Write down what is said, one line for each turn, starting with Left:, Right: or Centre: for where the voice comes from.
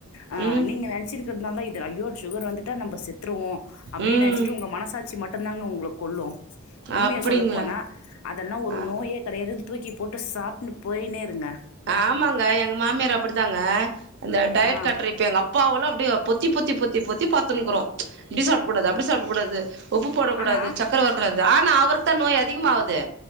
Left: ஆ
Right: ம்
Left: நீங்க நெனச்சிருக்கந்தனால தா இது ஐயோ சுகர் வந்துட் டா நம்ப செத்துருவோ அப்டின்
Right: ம்
Left: நெனைச்சிட்டு உங்க மனசாட்சி மட்டுந்தாங்க உங்கள கொள்ளு உண்மைய
Right: அப்டிங்களா
Left: சொல்லப்போனா அதெல்லா ஒரு
Right: ஆ
Left: நோயே கெடையாதுன் தூக்கி போட்டு சாப்ட்ன்னு போய்னே இருங்க
Right: ஆமாங்க எங்க மாமியார் அப்டிதாங்க இந்த டயட்
Left: ஆ
Right: கண்ட்ரிக்கேங்கப் அப்பாவலா அப்டியே பொத்தி பொத்தி பொத்தி பொத்தி பாத்துன்னுக்குறோ இப்டி சாப்டக்கூடாது அப்டி சாப்டக்கூடாது உப்பு போடக் கூடாது
Left: ஆனா
Right: சக்கர வரக்கூடாது ஆனா அவருக்கு தா நோய் அதிகமாவுது